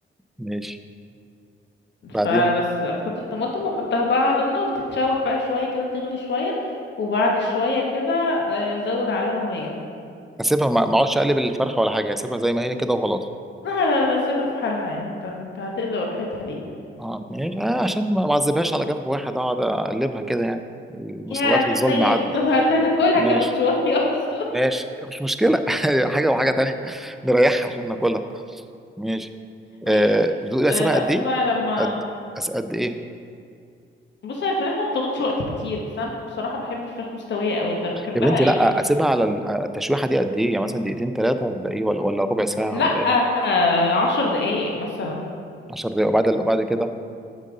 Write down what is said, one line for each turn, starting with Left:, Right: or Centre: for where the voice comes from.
Centre: ماشي بعدين
Left: فبس هتحط الطماطم وحطها بقى على النار تتشوح بقى شويه كده تغلي شويه وبعد شويه كده آه، زود عليها ميه
Centre: اسيبها ما ما اقعدش اقلب الفرخه ولا حاجه اسيبها زي ما هي كده وخلاص
Left: لا لا لا سيبها في حالها يعني انت انت هتقلق راحتها ليه
Centre: اه ماشي آه عشان ما معذبهاش على جنب واحد اقعد اقلبها كده يعني المساواة
Left: يا
Centre: في
Left: حنين
Centre: الظلم عدل
Left: طب انت هتاكلها
Centre: ماشي
Left: كمان شويه <laughs> اصلا
Centre: ماشي مش مشكلة <laughs> حاجة وحاجة تانية نريحها عشان ناكلها ماشي
Left: ماشي
Centre: آه بتقول إيه،
Left: آه،
Centre: اسيبها
Left: بس
Centre: قد ايه؟
Left: بقى لما
Centre: قد أس- قد ايه؟
Left: بص هي الفراخ ما بتاخدش وقت كتير بس انا بصراحة بحب الفراخ مستوية قوي انت بتحبها
Centre: يا بنتي
Left: ايه
Centre: لا اسيبها على ال- التشويحة دي قد ايه؟ يعني مثلا دقيقتين ثلاثة ولا ايه ولا ولا ربع ساعة
Left: لا
Centre: ولا ايه؟
Left: آه، عشر دقايق مثلا
Centre: 10 دقايق وبعد وبعد كده